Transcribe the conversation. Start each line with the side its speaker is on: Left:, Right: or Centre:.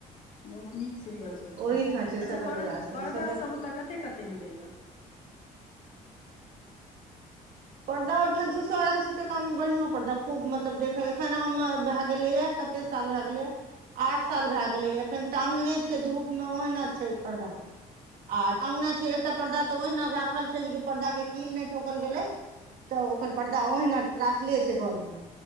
Left: बहुत नीक सीरियल सभ छै
Right: ओहिठाम
Left: अच्छा
Right: सदर
Left: पर्दा
Right: बाजारसँ सदर
Left: सभ ओतय कतेक कतेक मे दैए
Right: पर्दा ओहिठाम दू सए अढ़ाई सए टका मे बढ़ियां पर्दा खूब मतलब देखे एखन हम भए गेलैए कते साल भेगेले यह आठ साल भए गेलै एखन टाँगने छै धूपमे ओहिना छै पर्दा आ टंगना छै एकटा पर्दा तऽ ओहिना राखल छै जे पर्दा के कील नहि ठोकल गेले तऽ ओकर परर्दा ओहिना राखले छै घरमे